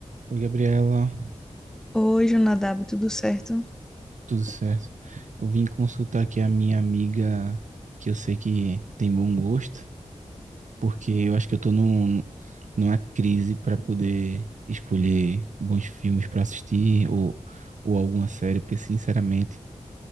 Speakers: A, on the right; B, in the centre.
A: Oi, Gabriela,
B: Hoje, Nadab, tudo certo?
A: tudo certo? Eu vim consultar aqui a minha amiga, que eu sei que tem bom gosto, porque eu acho que eu tô num, numa crise para poder escolher bons filmes para assistir ou, ou alguma série, porque sinceramente